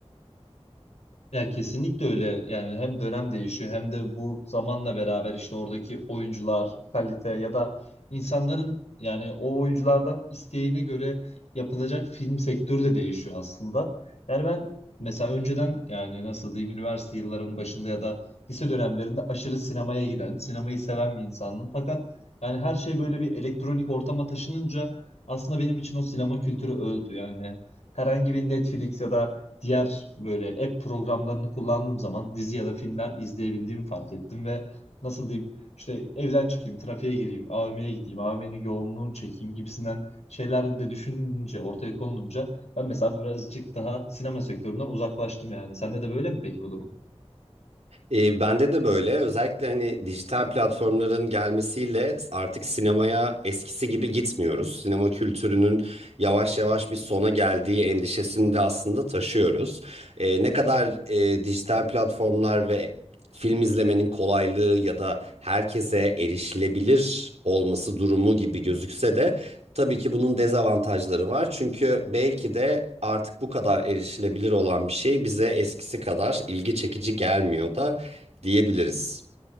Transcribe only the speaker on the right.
E, bende de böyle. Özellikle hani dijital platformların gelmesiyle artık sinemaya eskisi gibi gitmiyoruz. Sinema kültürünün yavaş yavaş bir sona geldiği endişesini de aslında taşıyoruz. E, ne kadar e, dijital platformlar ve film izlemenin kolaylığı ya da herkese erişilebilir olması durumu gibi gözükse de Tabii ki bunun dezavantajları var. Çünkü belki de artık bu kadar erişilebilir olan bir şey bize eskisi kadar ilgi çekici gelmiyor da diyebiliriz.